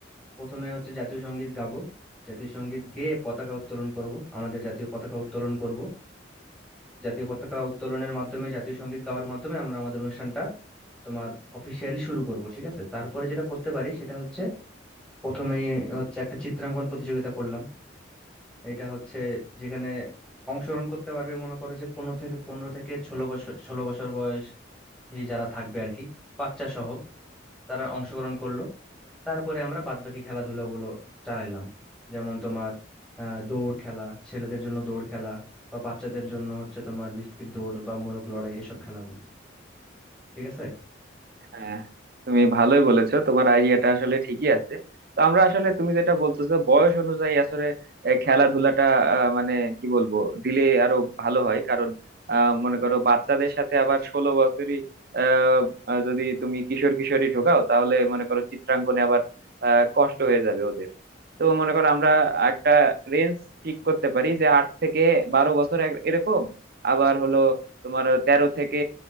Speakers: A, in the centre; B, on the right.
A: প্রথমে হচ্ছে জাতীয় সঙ্গীত গাবো জাতীয় সঙ্গীত গেয়ে পতাকা উত্তোলন করব আমাদের জাতীয় পতাকা উত্তোলন করব জাতীয় পতাকা উত্তোলনের মাধ্যমে জাতীয় সঙ্গীত গাওয়ার মাধ্যমে আমরা আমাদের অনুষ্ঠানটা তোমার অফিসিয়ালি শুরু করব ঠিক আছে তারপরে যেটা করতে পারি সেটা হচ্ছে প্রথমেই হচ্ছে একটা চিত্রাঙ্কন প্রতিযোগিতা করলাম এটা হচ্ছে যেখানে অংশগ্রহণ করতে পারবে মনে করো যে পনেরো থেকে পনেরো থেকে ষোলো বছর ষোলো বছর বয়স যারা থাকবে আর কি বাচ্চা সহ তারা অংশগ্রহণ করলো তারপরে আমরা বাদবাকি খেলাধুলা গুলো চালাইলাম যেমন তোমার আহ, দৌড় খেলা ছেলেদের জন্য দৌড় খেলা বা বাচ্চাদের জন্য হচ্ছে তোমার বিস্কিট দৌড় বা মোরগ লড়াই এসব খেলাগুলো ঠিক আছে
B: হ্যাঁ তুমি ভালোই বলেছো তোমার আইডিয়াটা আসলে ঠিকই আছে তো আমরা আসলে তুমি যেটা বলতেছো বয়স অনুযায়ী আসলে এ, খেলাধুলাটা আহ, মানে কি বলবো দিলে আরো ভালো হয় কারণ আহ, মনে করো বাচ্চাদের সাথে আবার ষোলো বছরই আহ, আহ, যদি তুমি কিশোর কিশোরী ঢোকাও তাহলে মনে করো চিত্রাঙ্কনে আবার আহ, কষ্ট হয়ে যাবে ওদের তো মনে করো আমরা একটা রেঞ্জ ঠিক করতে পারি যে আট থেকে বারো বছর এক- এরকম আবার হলো তোমার তেরো থেকে